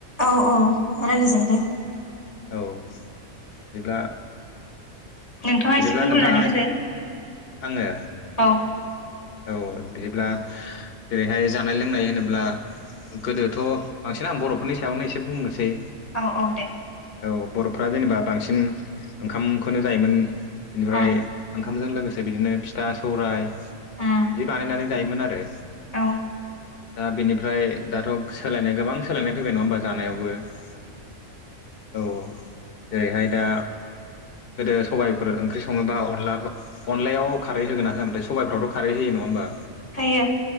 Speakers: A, on the left; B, on the left.
A: औ औ रायलाय जायो दे।
B: औ बिदिब्ला
A: नोंथाङा
B: बिदिब्ला
A: एसे बुंग्रोनानै
B: नोंथाङा
A: होदो
B: एसे आंनो
A: औ।
B: औ बिदिब्ला जेरैहाय जानाय लोंनाय होनोब्ला गोदोथ' बांसिन आं बर'फोरनि सायावनो एसे बुंनोसै।
A: औ औ दे
B: औ बर'फ्रा जेनेबा बांसिन ओंखामखौनो जायोमोन। बेनिफ्राय
A: उम
B: ओंखामजों लोगोसे बिदिनो फिथा सौराय। बिदि
A: उम
B: बानायनानै जायोमोन आरो।
A: औ
B: दा बिनिफ्राय दाथ' सोलायनाय गोबां सोलायनाय फैबाय नङा होमबा जानायावबो। औ जेरैहाय दा गोदो सबायफोर ओंख्रि सङोबा अनलाबा अनलायाव खारै होगोना होयामोनथाय? सबाइफ्रावथ' खारै होयो नङा होमबा?
A: थायो।